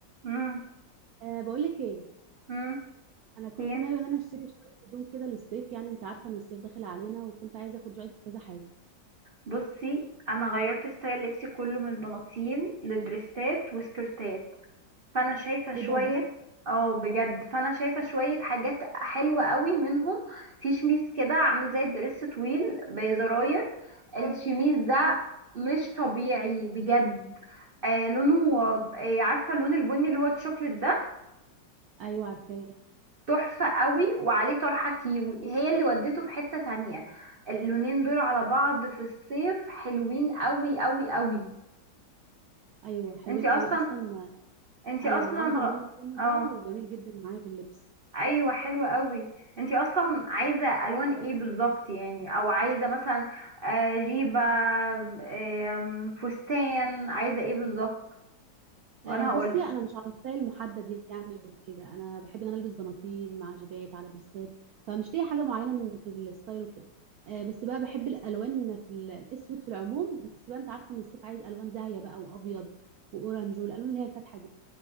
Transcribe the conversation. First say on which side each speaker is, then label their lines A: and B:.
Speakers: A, on the right (about 45°); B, on the right (about 70°).
A: امم
B: أه بقول لك ايه
A: امم
B: انا كنت
A: ايه
B: ناويه ان انا اشتري شويه هدوم كده للصيف يعني انت عارفه ان الصيف داخل علينا وكنت عايزه اخد رايك في كذا حاجه
A: بصي انا غيرت ستايل لبسي كله من بناطيل لدريسات وسكرتات فانا شايفه شويه
B: ايه ده بجد
A: اه بجد فانا شايفه شويه حاجات حلوه قوي منهم في شميس كده عامل زي الدريس طويل بزراير الشميس ده مش طبيعي بجد آه لونه آه عارفه اللون البني اللي هو الشوكليت ده
B: ايوه عارفاه
A: تحفة قوي وعليه طرحة كيوي هي اللي ودته في حتة تانية اللونين دول على بعض في الصيف حلوين قوي قوي قوي
B: ايوه حلوين
A: انتي
B: قوي
A: اصلا
B: اصلا
A: انتي
B: ايوه
A: اصلا
B: انا عندي اللون
A: غ-
B: البني ده
A: اه
B: وجميل جدا معايا في اللبس
A: ايوه حلوة قوي انتي اصلا عايزة الوان ايه بالظبط يعني او عايزة مثلا آه، جيبة آم، فستان عايزة ايه بالظبط وانا
B: أه بصي
A: هقولك
B: انا مش على ستايل محدد يعني وكده انا بحب ان انا البس بناطيل مع جيبات على درسات فمش ليا حاجه معينه في الستايل وكده أه بس بقى بحب الالوان في ال- الاسود في العموم بس بقى انت عارفه ان الصيف عايز الوان زاهيه بقى وابيض واورنج والالوان اللي هي الفاتحه